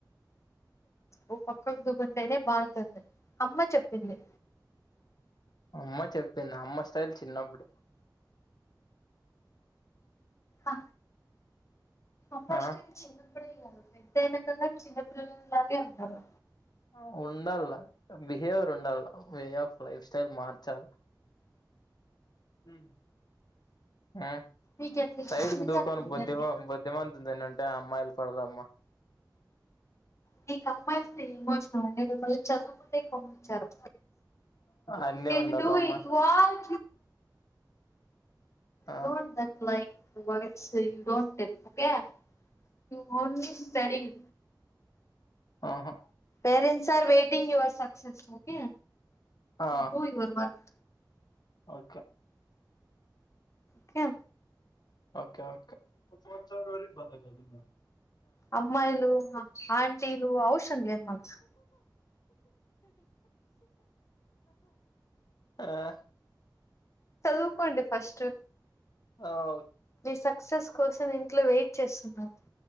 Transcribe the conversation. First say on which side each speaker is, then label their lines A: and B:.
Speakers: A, on the left (about 40°); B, on the left (about 65°).
A: ఓ పక్కకు దూకుంటేనే బాగుంటుంది అమ్మ చెప్పింది
B: అమ్మ చెప్పింది అమ్మ స్టైల్ చిన్నప్పుడు
A: ఆ అప్పస్టిన్
B: ఆ
A: చిన్న అప్పుడే కాదు పెద్దనకంగా చిన్నపిల్లలానే ఉంటారు
B: ఓ ఉండాల్ల బిహేవియర్ ఉండాల వే ఆఫ్ లైఫ్ స్టైల్ మార్చాలి ఉ ఆ
A: మీకు ఎట్లా
B: సైడ్కి
A: ఇష్టమైతే
B: దుకానం
A: అట్లా ఉండండి
B: బద్ధిమా బుద్ధిమాంతుందేనంటే అమ్మాయిలు పడదా అమ్మా
A: మీ కమ్మాయి తిరిగి భోజనం అండి మిమ్మల్ని చదువుకుంటే కొనిచ్చారు
B: అన్నీ
A: రెండు
B: ఉండాలమ్మా
A: ఈక్వల్
B: ఆ
A: డోంట్ థాట్ లైక్ యువన చే don't tell okay you only studying
B: ఆహా
A: parents are waiting you are successful okay
B: ఆ
A: డు యుఅర్ వర్క్
B: ఓకే
A: కే
B: ఒకే ఒకే ఒకసారి ఒకసారి ఒరిగి పోత నేను
A: అమ్మాయిలు హ ఆంటీలు ఔషంద్య మనసు
B: ఆ
A: చదువుకోండి ఫస్ట్
B: అవు
A: మీ సక్సెస్ కోసం ఇంట్లో వెయిట్ చేస్తున్నారు,